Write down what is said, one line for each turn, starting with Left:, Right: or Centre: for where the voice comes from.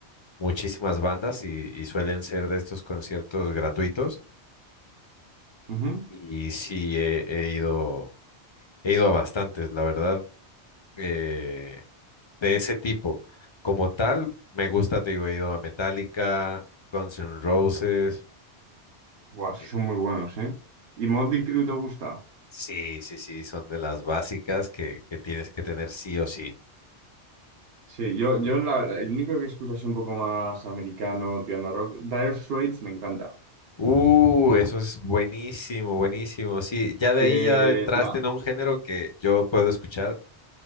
Left: muchísimas bandas y, y suelen ser de estos conciertos gratuitos.
Right: Ujú.
Left: Y sí, he, he ido, he ido a bastantes, la verdad, eh, de ese tipo. Como tal, me gusta, te digo, he ido a Metallica, Guns N' Roses.
Right: Buah, esos
Left: eh,
Right: son muy buenos, ¿eh? ¿Y Motley Crue te gusta?
Left: Sí, sí, sí, son de las básicas que, que tienes que tener sí o sí.
Right: Sí, yo, yo la- la- el único que escucho es un poco más americano, tirando a rock. Dire Straits me encanta.
Left: Uh, eso es buenísimo, buenísimo. Sí, ya de
Right: Que
Left: ahí ya entraste
Right: la,
Left: en un género que yo puedo escuchar